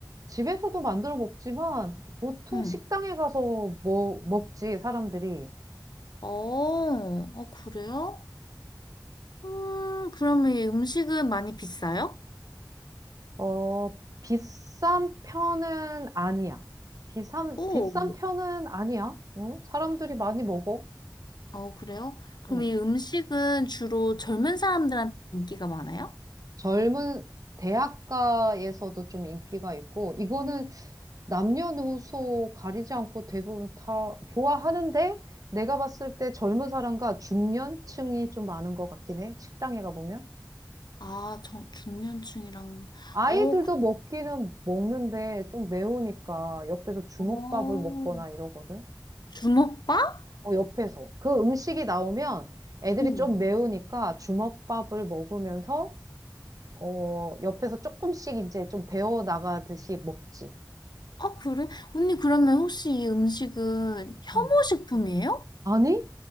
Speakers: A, on the right (about 55°); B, on the left (about 75°).
A: 집에서도 만들어 먹지만 보통
B: 응.
A: 식당에 가서 뭐 먹지, 사람들이.
B: 어, 어, 그래요? 음, 그럼 이 음식은 많이 비싸요?
A: 어, 비싼 편은 아니야. 비싼,
B: 오,
A: 비싼 편은 아니야. 어? 사람들이 많이 먹어.
B: 어, 그래요? 그럼
A: 응.
B: 이 음식은 주로 젊은 사람들한테 인기가 많아요?
A: 젊은 대학가에서도 좀 인기가 있고, 이거는 남녀노소 가리지 않고 대부분 다 좋아하는데, 내가 봤을 때 젊은 사람과 중년층이 좀 많은 것 같긴 해. 식당에 가보면.
B: 아, 저, 중년층이랑,
A: 아이들도
B: 어, 그,
A: 먹기는 먹는데 좀 매우니까 옆에서 주먹밥을
B: 어,
A: 먹거나 이러거든.
B: 주먹밥?
A: 어, 옆에서. 그 음식이 나오면 애들이
B: 응.
A: 좀 매우니까 주먹밥을 먹으면서, 어, 옆에서 조금씩 이제 좀 배워 나가듯이 먹지.
B: 아, 그래? 언니, 그러면 혹시 이 음식은 혐오식품이에요?
A: 음. 아니?